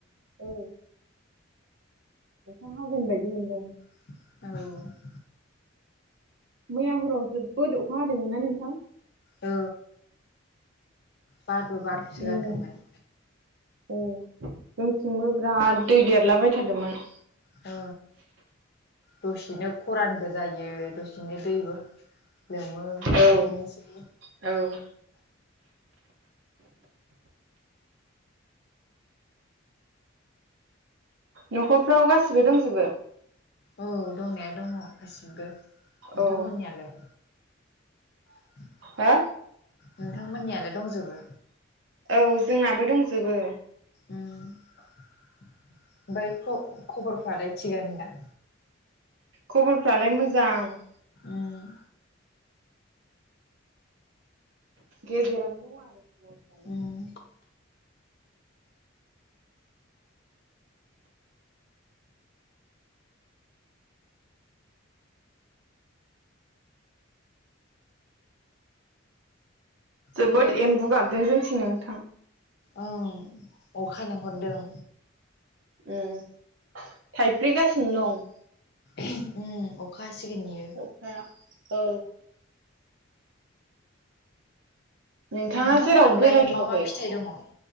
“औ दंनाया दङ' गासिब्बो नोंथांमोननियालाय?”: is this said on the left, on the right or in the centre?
Left